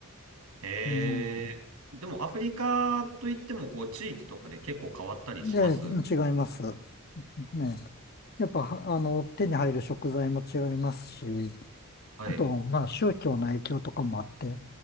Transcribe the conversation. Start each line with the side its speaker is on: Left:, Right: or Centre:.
Right: え
Left: うん。
Right: ー、でもアフリカといっても、こう、地域とかで結構変わったりします。
Left: で、違います。ね、やっぱ、はあの、手に入る食材も違いますし、
Right: はい。
Left: あと、まあ、宗教の影響とかもあって、